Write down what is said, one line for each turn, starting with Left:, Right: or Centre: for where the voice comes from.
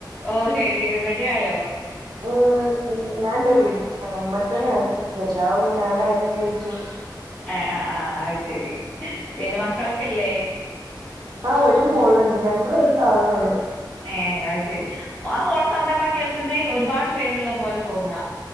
Left: ഓ ശരി റെഡി ആയോ
Right: മ് ഞാൻ എന്റെ നമ്മ തന്നെ ആക്കി എല്ലാവും ഞാനഴിഞ് വെച്ചു
Left: ആഹ ആ് ആഹ് ആ ശരി പിനമക്കളൊക്കെല്ലേ
Right: ആഹ ഒരു മോളുണ്ട് രണ്ട് വയസ് ആവുന്നുള്ളൂ.
Left: ഏ അത് ശരി ആ മോള സൗണ്ടപ്പ കേൾക്കുന്നെ ഒരുപാട് പേരുള്ള പോലെ തോന്നുക.